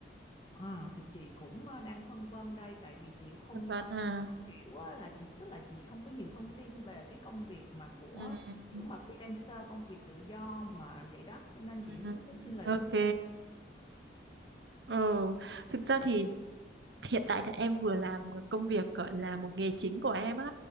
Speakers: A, on the left; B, on the right.
A: à, thì chị cũng ờ, đang phân vân đây tại vì chị cũng không
B: hoàn toàn
A: ờ,
B: à
A: không hiểu á, là chị tức là chị không có nhiều thông tin về cái công việc mà của
B: Ừm,
A: kiểu mà freelancer công việc tự do mà vậy đó cho nên
B: ừm,
A: chị muốn muốn xin lời
B: ok
A: khuyên của em.
B: ừ. thực ra thì hiện tại là em vừa làm một công việc gọi là một nghề chính của em á